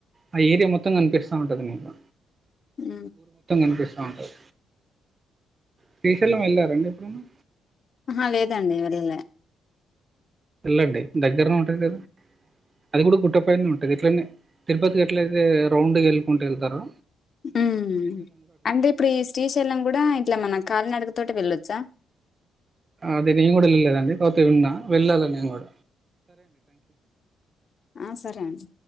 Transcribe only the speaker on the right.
ఆ ఏరియా మొత్తం కనిపిస్తా ఉంటది నీకు
ఇనిపిస్తా ఉంటది శ్రీశైలం వెళ్ళారా అండి ఎప్పుడన్నా
ఎళ్ళండి దగ్గరనే ఉంటది గదా అది గూడా గుట్టపైనే ఉంటది ఇట్లనే తిరుపతికి ఎట్లయితే రౌండ్ వెళ్ళకుంటూ ఎళ్తరో
అదే నేను గూడా ఎళ్లలేదండి కాతే విన్నా వెళ్ళాలే నేను గూడ